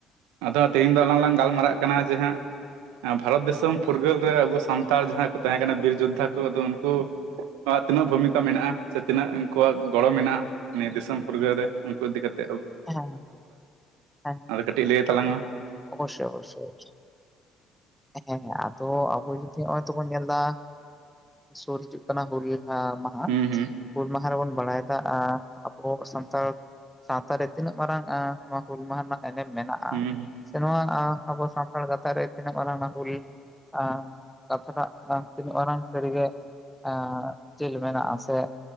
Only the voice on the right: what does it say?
ᱟᱫᱚ ᱛᱮᱦᱤᱧ ᱫᱚ ᱟᱞᱟᱝ ᱞᱟᱝ ᱜᱟᱞᱢᱟᱨᱟᱜ ᱠᱟᱱᱟ ᱡᱮ ᱦᱟᱸᱜ ᱵᱷᱟᱨᱚᱛ ᱫᱤᱥᱚᱢ ᱯᱷᱩᱨᱜᱟᱹᱞ ᱨᱮ ᱟᱵᱚ ᱥᱟᱱᱛᱟᱲ ᱡᱟᱦᱟᱸᱭ ᱠᱚ ᱛᱟᱦᱮᱸ ᱠᱟᱱᱟ ᱵᱤᱨ ᱡᱳᱫᱽᱫᱷᱟ ᱠᱚ ᱟᱫᱚ ᱩᱱᱠᱩ ᱟᱨ ᱛᱤᱱᱟᱹᱜ ᱵᱷᱩᱢᱤᱠᱟ ᱢᱮᱱᱟᱜᱼᱟ ᱥᱮ ᱛᱤᱱᱟᱹᱜ ᱩᱱᱠᱩᱣᱟᱜ ᱜᱚᱲᱚ ᱢᱮᱱᱟᱜᱼᱟ ᱱᱤᱭᱟᱹ ᱫᱤᱥᱚᱢ ᱯᱷᱩᱨᱜᱟᱹᱞ ᱨᱮ ᱩᱱᱠᱩ ᱤᱫᱤ ᱠᱟᱛᱮᱜ
ᱟᱨ ᱠᱟᱹᱴᱤᱡ ᱞᱟᱹᱭ ᱟᱛᱟᱞᱟᱝ ᱢᱮ
ᱢᱮ ᱦᱩᱸ
ᱦᱩᱸ